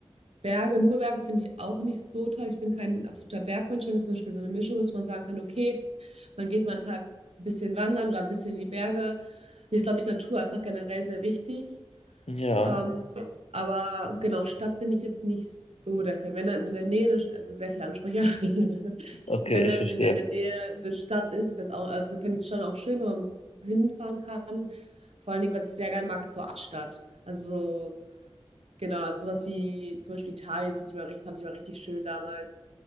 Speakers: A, on the right; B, on the left.
A: Berge, nur Berge finde ich auch nicht so toll. Ich bin kein absoluter Bergmensch, wenn es zum Beispiel so eine Mischung ist, wo man sagen kann, okay, man geht mal einen Tag ein bisschen wandern oder ein bisschen in die Berge. Mir ist, glaube ich, Natur einfach generell sehr wichtig.
B: ja,
A: Ähm, Ja. aber genau, Stadt bin ich jetzt nicht so der Fan. Wenn dann in der Nähe, eine St- also sehr viele Ansprüche, <laughs>
B: okay,
A: wenn
B: ich
A: dann
B: verstehe.
A: in der Nähe eine Stadt ist, ist jetzt auch, also fände ich es schon auch schön, wenn man hinfahren kann. Vor allen Dingen, was ich sehr gerne mag, ist so Altstadt. Also so Genau, also sowas wie zum Beispiel Italien finde ich mal, richtig- fand ich mal richtig schön damals.